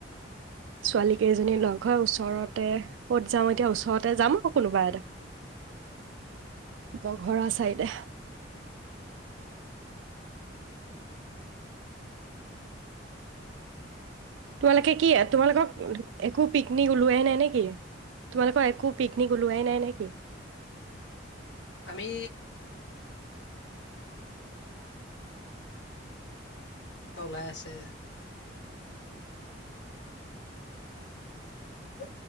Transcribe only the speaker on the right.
ছোৱালী কেইজনী লগ হৈ ওচৰতে ক'ত যাওঁ এতিয়া ওচৰতে যাম আকৌ কোনোবা এটা। বঘৰা চাইডে। তোমালোকে কি তোমালোকক। একো পিকনিক উলোৱাই নাই নেকি। তোমালোকৰ একো পিকনিক ওলোৱাই নাই নেকি।